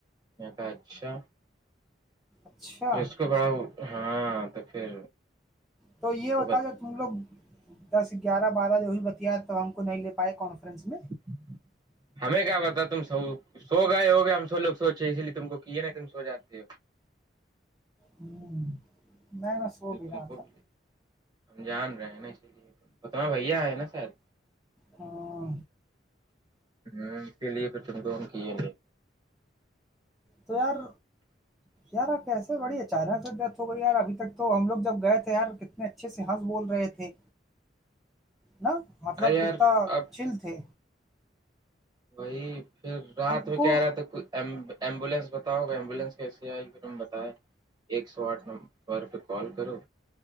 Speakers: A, on the right (about 25°); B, in the centre.
A: میں کہ اچھا
B: اچھا
A: پھر اس کو بڑا ہاں تو پھر
B: تو یہ ہوتا
A: وہ بت
B: جو تم لوگ دس گیارہ بارہ جو بھی بتیا تو ہم کو نہیں لے پائے کانفرنس میں
A: ج ہمیں کیا بتا تم س سو گئے ہو گئے ہم سو لو سوچے اسی لیے تم کو کیے ن تم سو جاتے ہو
B: ہوں نہیں میں سو
A: تم
B: رہا
A: کو
B: تھا
A: بھی ہم جان رہے ہیں نا اسی لیے تمہارے بھیا آئے نا شاید
B: ہاں
A: ہوں اسی لیے پھر تم کو ہم کیے
B: تویار
A: <inaudible>
B: یار آ کیسے بڑی اچانک سے ڈتھ گئییار ابھی تک تو ہم لوگ جب گئے تھے یار کتنے اچھے سے ہنس بول رہے تھے
A: <inaudible>
B: نا مطلب
A: ارے یار
B: کتنا
A: اب
B: چل تھے
A: وہی پھر رات
B: ان
A: میں
B: کو
A: کہہ رہا تھا ک ایمبولینس بتاؤ گے ایمبولینس کیسی آئے تم بتیں ایک سو آٹھ نمبر پہ کال کرو